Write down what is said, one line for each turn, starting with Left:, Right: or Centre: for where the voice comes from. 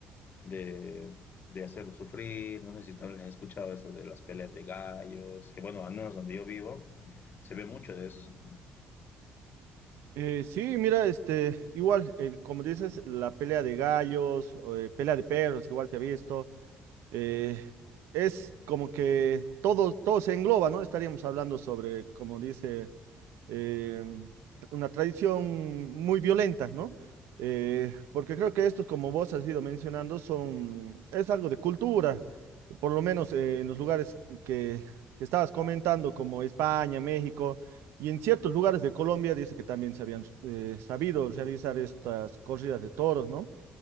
Left: de, de hacerlos sufrir, no sé si también has escuchado esto de las peleas de gallos, que bueno, al menos donde yo vivo, se ve mucho de eso.
Right: Eh, sí, mira, este, igual, eh, como dices, la pelea de gallos, o, eh, pelea de perros, igual te he visto, eh, es como que todo, todo se engloba, ¿no? Estaríamos hablando sobre, como dice eh, una tradición muy violenta, ¿no? Eh, porque creo que estos, como vos has ido mencionando, son, es algo de cultura, por lo menos eh, en los lugares que, que estabas comentando, como España, México, y en ciertos lugares de Colombia, dice que también se habían eh, sabido realizar estas corridas de toros, ¿no?